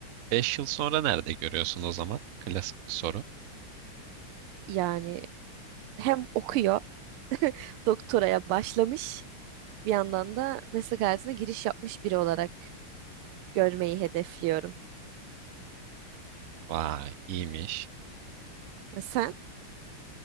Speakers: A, on the right; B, on the right.
A: 5 yıl sonra nerede görüyorsun o zaman? Klasik bir soru.
B: yani hem okuyor, doktoraya başlamış, bir yandan da meslek hayatına giriş yapmış biri olarak görmeyi hedefliyorum.
A: Vay iyiymiş.
B: E sen?